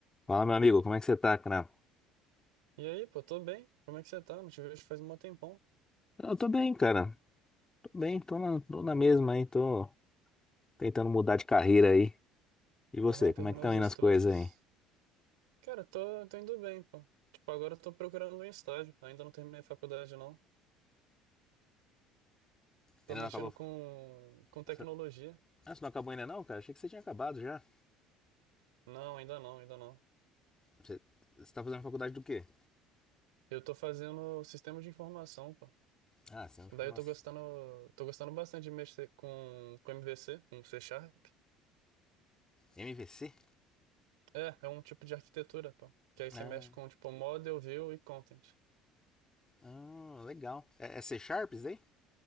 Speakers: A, on the left; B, on the right.
A: Fala, meu amigo, como é que você tá, cara?
B: E aí, pô, tô bem. Como é que você tá? Não te vejo faz um tempão.
A: Eu tô bem, cara. Tô bem, tô na, tô na mesma aí, tô tentando mudar de carreira aí. E você,
B: Aham,
A: como
B: terminou
A: é que estão
B: os
A: indo
B: estudos.
A: as coisas aí?
B: Cara, tô, tô indo bem, pô. Tipo, agora eu tô procurando um estágio. Ainda não terminei faculdade, não. Tô
A: Ainda
B: mexendo
A: não acabou.
B: com, com tecnologia.
A: você- Ah, você não acabou ainda não, cara? Achei que você tinha acabado já.
B: Não, ainda não, ainda não.
A: Você, você tá fazendo faculdade do quê?
B: Eu tô fazendo sistema de informação, pô.
A: Ah, você é um de
B: Daí
A: formação.
B: eu tô gostando, tô gostando bastante de mexer com, com MVC, com C Sharp.
A: MVC?
B: É, é um tipo de arquitetura, pô. Que aí você
A: Ah,
B: mexe com, tipo, model, view e content.
A: ah, legal. É, é C Sharp isso daí?